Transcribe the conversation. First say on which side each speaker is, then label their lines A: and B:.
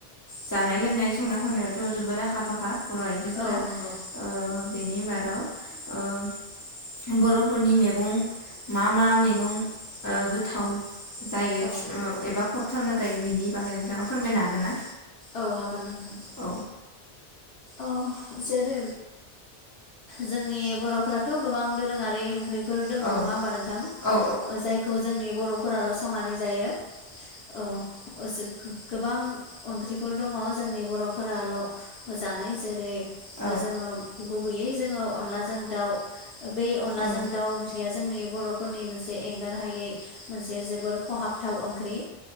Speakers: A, on the left; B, on the left.
A: जानाय लोंनाय संना खावनायावथ' जोबोद आखा फाखा। बर' आइजोफोरा
B: औ नंगौ
A: ओ। बेनि बादाव ओ बर'फोरनि मैगं मा-मा मेगं ओ गोथाव। जायो
B: औ
A: खिलु। खहाबथावना जायो बेनि बागै नोंथाङा फोरमायनो हागोन ना।
B: औ हागोन नोंथां।
A: औ
B: औ जेरै जोंनि बर'फोराथ' गोबां दोरोङारि ओंख्रि। फोर दङ
A: औ
B: नङा हबा नोंथां
A: औ
B: जायखौ जोंनि बर'। फोराल' संनानै जायो। औ अजिद। गोबां ओंख्रिफोर दङ जोंनि बर'फोराल' जानाय जेरै- ओ
A: औ
B: जोङो। गुबैयै जोङो अनलाजों दाउ बै अनलाजों
A: औ
B: दाउ ओंख्रिया जोंनि बर'फोरनि मोनसे एंगारहायै मोनसे जोबोर खहाबथाव ओंख्रि।